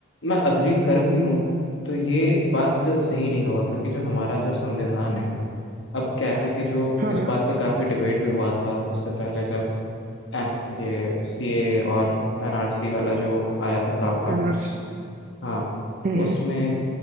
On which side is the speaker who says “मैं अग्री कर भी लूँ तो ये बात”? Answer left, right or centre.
Left